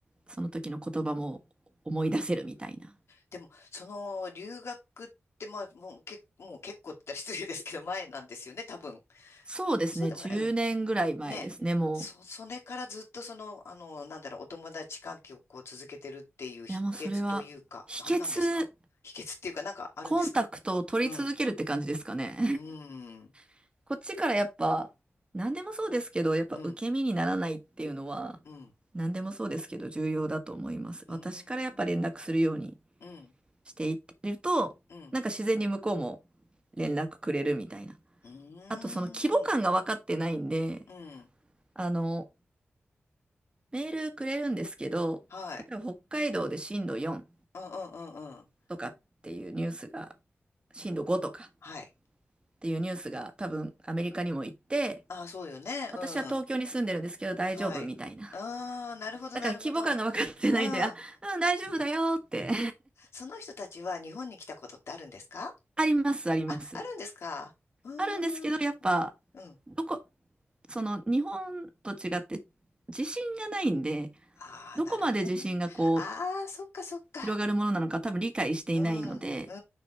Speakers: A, on the right; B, on the left.
A: その時の言葉も思い出せるみたいな。
B: でも、その、留学って、まあ、もう、け、もう結構って言ったら失礼ですけど、前なんですよね、多分。
A: そうですね。
B: そうでもない。
A: 10年ぐらい前ですね、
B: ね、
A: も
B: そ、それからずっとその、あの、なんだろう、お友達関係をこう続けてるっていう秘訣というか、
A: う。いや、もうそれは、秘訣、
B: 何なんですか秘訣っていうか、なんかあるんですか
A: コンタクトを取り続けるって感じですかね。
B: うん、うん、
A: <laughs> こっちからやっぱ、何でもそうですけど、やっぱ受け身にならないっていうのは、
B: うん、うん、うん、
A: 何でもそうですけど、重要だと思います。私からやっぱ連絡するように
B: うん、うん、
A: していってると、
B: うん、
A: なんか自然に向こうも連絡くれるみたいな。
B: うん、
A: あとその規模感が分かってないんで、
B: うん、
A: あの、メールくれるんですけど、
B: はい、
A: 例えば北海道で震度4
B: うん、うん、うん、うん、
A: とかっていうニュースが、震度5とかっ
B: はい。
A: ていうニュースが多分アメリカにも行って、
B: ああ、そうよね、
A: 私は東京に住んでるんですけど大丈夫みたいな。
B: うん、はい。ああ、なるほど、
A: だから規模感が分かってないんで、
B: なるほど。うん。
A: あ、うん、大丈夫だよって
B: その人たちは日本に来たことってあるんですか
A: <laughs> あります、あります。
B: あ、あるんですかう
A: あるんですけど、
B: ーん。
A: やっぱ、
B: うん
A: どこ、その日本と違って地震がないんで、
B: ああ、
A: どこまで地震がこう
B: なるほどね。ああ、そっかそっか。
A: 広がるものなのか多分理解していないので、
B: うん、うん、う